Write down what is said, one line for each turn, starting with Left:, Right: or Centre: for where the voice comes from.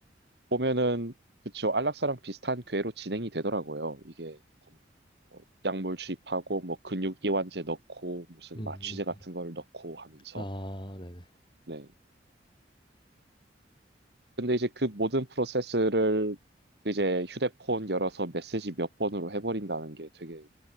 Right: 보면은 그쵸 안락사랑 비슷한 궤로 진행이 되더라고요. 이게 보면 뭐 약물 주입하고 뭐 근육 이완제 넣고 무슨
Left: 음.
Right: 마취제
Left: 음.
Right: 같은 걸 넣고 하면서
Left: 아, 네네.
Right: 네. 근데 이제 그 모든 프로세스를 이제 휴대폰 열어서 메시지 몇 번으로 해버린다는 게 되게